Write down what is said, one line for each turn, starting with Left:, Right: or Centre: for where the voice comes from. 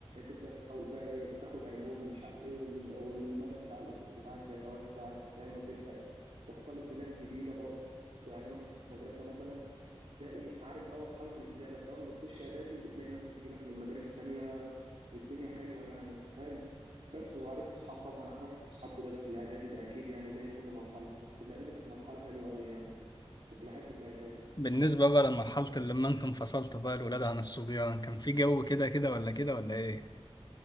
Right: تبدا تحاول بقى إيه تاخد علوم ومش عارف ايه وال- والمدى بتاع الافق بتاعك بيتوسع انت فاهم وتبدا تختلط بناس جديده برضه يعني انا كنت في مدرسه مثلا ابتدائي عارف اه اصحابي في الابتدائي بس اول ما بتخش اعدادي بتلاقي ناس بتجيلك من مدارس تانية والدنيا حلوه يعني انت فاهم بس وعرفت اصحاب طبعا عملت اصحاب جداد في الاعدادي ده اكيد يعني زي كل مرحله بس الاعدادي كانت مرحله حلوه قوي يعني كنت بحب الاعدادي
Left: بالنسبة بقى لمرحلة اللي لما انتم انفصلتوا بقى الولاد عن الصبيان كان في جو كده كده ولا كده ولا ايه؟